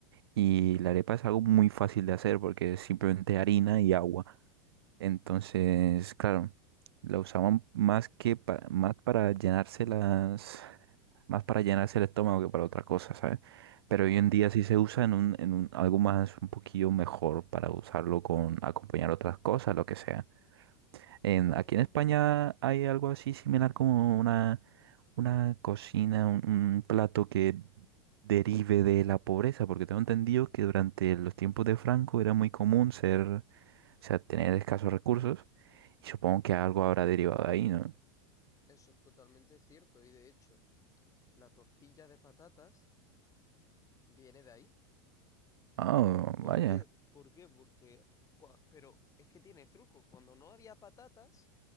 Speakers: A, on the right (about 90°); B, on the left (about 25°).
A: y la arepa es algo muy fácil de hacer porque es simplemente harina y agua. Entonces, claro, la usaban más que para, más para llenarse las, más para llenarse el estómago que para otra cosa, ¿sabes?
B: ajá.
A: Pero hoy en día sí se usa en un, en un- algo más, un poquillo mejor para usarlo con acompañar otras cosas, lo que sea. En,
B: Ah,
A: aquí en España hay algo así similar como una, una cocina, un, un plato que derive de la pobreza, porque tengo entendido que durante los tiempos de Franco era muy común ser sea, tener escasos recursos, y supongo que algo habrá derivado de ahí, ¿no?
B: eso es totalmente cierto. Y de hecho, la tortilla de patatas viene de ahí.
A: Ah,
B: ¿Por
A: vaya,
B: qué? ¿Por qué? Porque... cua- Pero es que tiene truco. Cuando no había patatas